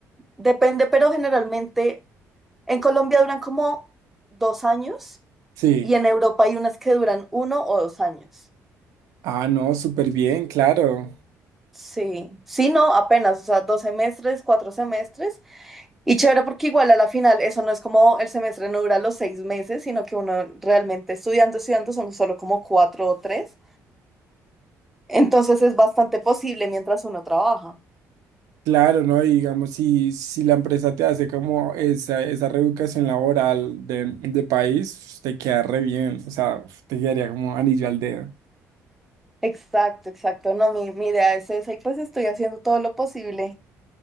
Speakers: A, in the centre; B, on the right.
A: depende, pero generalmente en Colombia duran como dos años
B: Sí.
A: y en Europa hay unas que duran uno o dos años.
B: Ah, no, súper bien, claro.
A: Sí, sí, no, apenas, o sea, dos semestres, cuatro semestres. Y chévere porque igual a la final eso no es como el semestre no dura los seis meses, sino que uno realmente estudiando, estudiando son solo como cuatro o tres. Entonces es bastante posible mientras uno trabaja.
B: Claro, ¿no? Y digamos, si, si la empresa te hace como esa, esa reeducación laboral de, de país, te queda re bien, o sea, uf, te quedaría como anillo al dedo.
A: Exacto, exacto. No, mi, mi idea es esa y pues estoy haciendo todo lo posible.